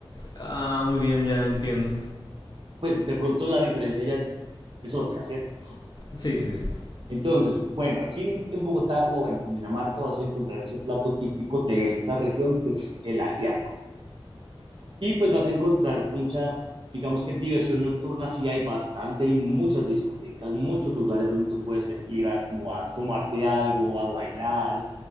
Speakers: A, on the left (about 45°); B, on the right (about 60°).
A: Ah, muy bien, ya entiendo.
B: Pues de pronto la diferencia ya es- es otra, ¿cierto?
A: Sí, sí.
B: Entonces, bueno, aquí en, en Bogotá o en Cundinamarca vas a encontrar ese plato típico de esta región que es el ajiaco. Y pues vas a encontrar mucha, digamos que diversión nocturna, sí hay bastante, hay muchas discotecas, muchos lugares donde tú puedes ir a, como a tomarte algo, a bailar,